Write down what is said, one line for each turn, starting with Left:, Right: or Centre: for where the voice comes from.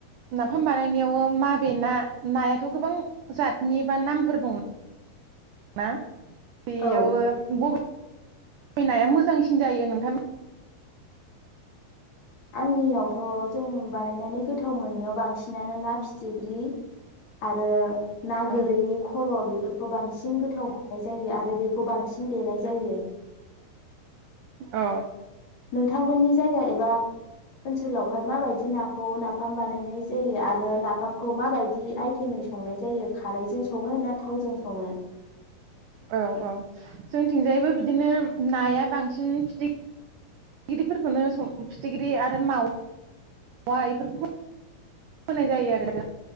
Right: नाफाम बानायनायाव माबे ना नायाथ' गोबां जातनि बा नामफोर दं ना? बेयावो
Left: औ
Right: बबे नाया मोजांसिन जायो नोंथांनि
Left: आंनियावथ' जों बानायनानै गोथाव मोननायाव बांसिनानो ना फिथिख्रि आरो ना
Right: औ
Left: गोरैनि खर' बेफोरखौ बांसिन गोथाव मो नाय जायो आरो बेखौ बांसिन देनाय जायो
Right: ओ
Left: थांमोननि जायगा एबा ओनसोलावहाय माबायदि नाखौ नाफाम बानायनाय जायो आरो नाफामखौ माबायदि आइटेमै संनाय जायो खारैजों सङो ना थावजों सङो?
Right: औ औ जोंथिंजायबो बिदिनो नाया बांसिन फिथि फिथिग्रिफोरखौनो स फिथिग्रि आरो माव वा बेफोरखौ नाय जायो आरो